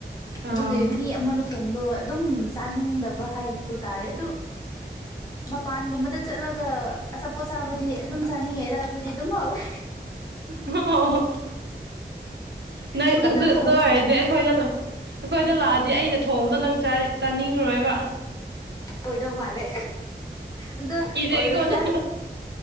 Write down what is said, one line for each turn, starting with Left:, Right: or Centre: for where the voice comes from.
Right: ꯑꯥ
Left: ꯑꯗꯨꯒꯤ ꯃꯤ ꯑꯃꯅ ꯊꯣꯡꯗꯣ ꯑꯗꯨꯝ ꯆꯥꯅꯤꯡꯗꯕ ꯍꯥꯏꯕꯗꯨ ꯇꯥꯔꯦ ꯑꯗꯨ ꯃꯄꯥꯟꯒꯨꯝꯕꯗ ꯆꯠꯂꯒ ꯑꯆꯥꯄꯣꯠ ꯆꯥꯕꯨꯗꯤ ꯑꯗꯨꯝ ꯆꯥꯅꯤꯡꯉꯦꯗ ꯑꯗꯨꯗꯤ ꯑꯗꯨꯝ ꯍꯥꯎꯋꯦ
Right: ꯎ ꯑꯣ ꯅꯪ
Left: ꯌꯨꯝꯗ
Right: ꯑꯗꯨ
Left: ꯊꯣꯡꯕ
Right: ꯑꯗꯨ ꯑꯣꯏꯔꯗꯤ
Left: ꯍꯥꯏꯕꯅꯦ
Right: ꯑꯩꯈꯣꯏꯅ ꯑꯩꯈꯣꯏꯗ ꯂꯥꯛꯑꯗꯤ ꯑꯩꯅ ꯊꯣꯡꯕꯗꯣ ꯅꯪ ꯆꯥꯅꯤꯡꯉꯨꯔꯣꯏꯕ
Left: ꯑꯣꯏꯗꯧ ꯃꯥꯜꯂꯦ ꯑꯗꯣ
Right: ꯏꯖꯩꯀꯣ
Left: ꯑꯣꯏꯔꯣꯏꯗ
Right: ꯅꯪ